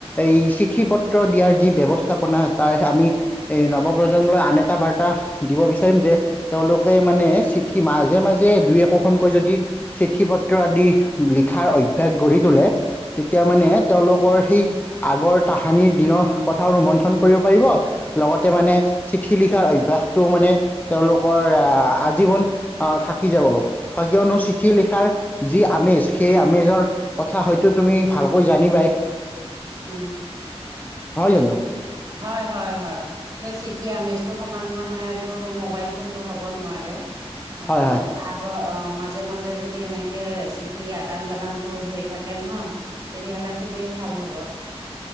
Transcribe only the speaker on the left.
এই চিঠি পত্ৰ দিয়াৰ যি ব্য্ৱস্থাপনা তাৰ আমি এই নৱপ্ৰজন্মলৈ আন এটা বাৰ্তা দিব বিচাৰিম যে তেওঁলোকে মানে চিঠি মাজে মাজে দুই একোখনকৈ যদি চিঠি পত্ৰ আদি লি অভ্যাস গঢ়ি তোলে তেতিয়া মানে তেওঁলোকৰ সেই আগৰ তাহানিৰ দিনৰ কথাও ৰোমন্থন কৰিব পাৰিব লগতে মানে চিঠি লিখাৰ অভ্যাসটো মানে তেওঁলোকৰ আজীৱন থাকি যাব, কিয়নো চিঠি লিখাৰ যি আমেজ সেই আমেজৰ কথা হয়তো তুমি ভালকৈ জানিবিবাই
জানো
হয় হয়